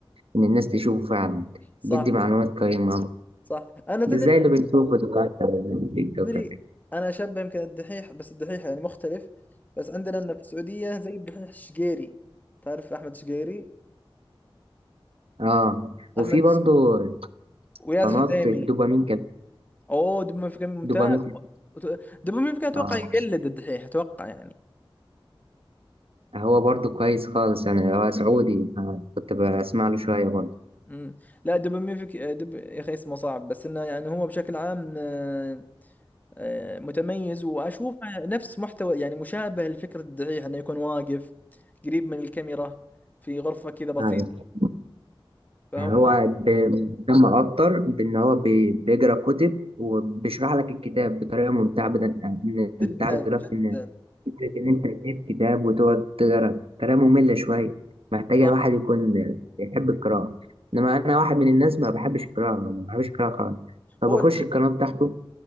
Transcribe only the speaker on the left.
صح
صح انا تدري
تدري انا شبه يمكن الدحيح بس الدحيح يعني مختلف بس عندنا لنا في السعودية زي الدحيح الشقيري تعرف احمد شقيري
احمد
وياسر
حزيمي
اوه دبي مفكر ممتاز
وت- دبي مفكر اتوقع
يقلد الدحيح اتوقع يعني
امم لا دبوميفيك دب يا اخي اسمه صعب بس انه يعني هو بشكل عام آه، آه، متميز واشوفه نفس محتوى يعني مشابه لفكرة الدحيح انه يكون واقف قريب من الكاميرا في غرفة كذا بسيطة
فهم
جدا
جدا
صح
هو الجيل